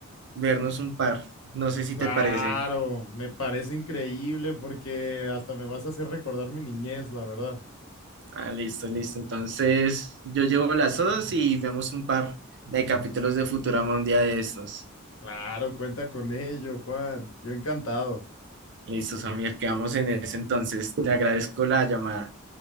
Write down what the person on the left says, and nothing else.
Claro,
me parece increíble porque hasta me vas a hacer recordar mi niñez, la verdad.
Claro, cuenta con ello, Juan. Yo encantado.